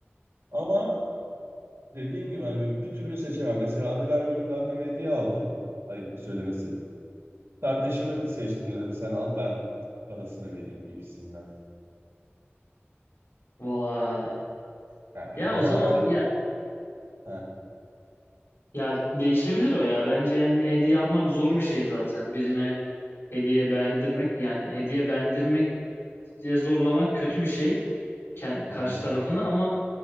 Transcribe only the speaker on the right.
Ama dediğim gibi hani böyle bir türlü seçemem. Mesela anneler gününde anneme hediye aldım. Ayıptır söylemesi. Kardeşime seçtim dedim sen al ben parasını vereyim gibisinden.
Ha, <laughs> Yani,
ama
ha.
Hı
hı.